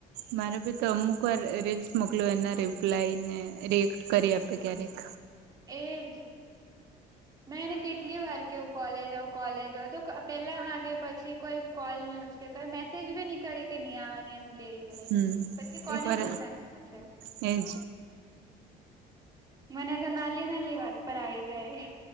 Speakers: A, on the right; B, on the right.
A: મારે ભી તો અમુક વાર રીલ્સ મોકલ એના રિપ્લાય ને રિએક્ટ કરી આપે ક્યારેક
B: એજ. મેં એને કેટલી વાર કેવું કોલેજ કોલેજ તો પેલા હા કે પછી કોઈ કોલ ની ઉચકે કોઈ મેસેજ ભી ની કરે કે ની આવાની એમ કે દઉં
A: હમ
B: પછી કોને
A: એક વાર
B: ગુસ્સા ની આવસે
A: એજ.
B: મને તો નાલી નાની વાત પર આવી જાય.